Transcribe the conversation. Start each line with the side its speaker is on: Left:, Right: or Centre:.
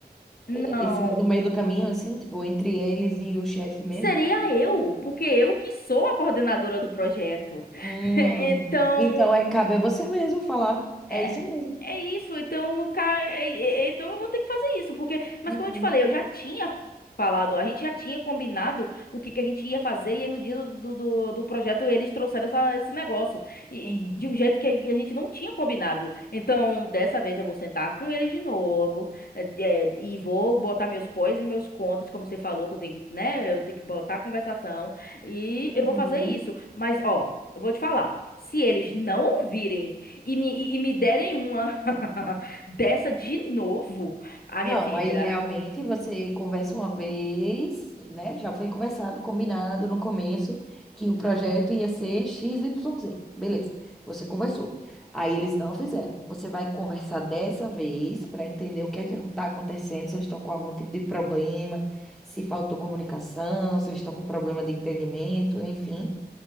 Left: Não,
Centre: eh, esse, no meio do caminho, assim, tipo, entre eles e o chefe mesmo.
Left: seria eu, porque eu que sou a coordenadora do projeto.
Centre: Hum,
Left: <laughs> Então,
Centre: então, é, cabe a você mesmo falar.
Left: é,
Centre: É isso mesmo.
Left: É isso, então, cara, é- é- é- então eu vou ter que fazer isso, porque, mas
Centre: Uhum,
Left: como eu te falei, eu já tinha falado, a gente já tinha combinado o que que a gente ia fazer, e aí no dia do, do, do- do projeto eles trouxeram essa- esse negócio, e,
Centre: uhum,
Left: e de um jeito que a gente não tinha combinado. Então, dessa vez eu vou sentar com eles de novo, é, é, e vou botar meus pós e meus contas, como você falou, que eu tenho que, né, eu tenho que botar a conversação, e eu
Centre: uhum.
Left: vou fazer isso. Mas, ó, eu vou te falar, se eles não ouvirem e me, e, e me derem uma. <laughs> Dessa de novo, a
Centre: Não,
Left: minha filha.
Centre: aí realmente você conversa uma vez, né? Já foi conversado, combinado no começo que o projeto ia ser X XYZ. Beleza, você conversou. Aí eles não fizeram. Você vai conversar dessa vez para entender o que é que está acontecendo, se eles estão com algum tipo de problema, se faltou comunicação, se eles estão com problema de entendimento, enfim.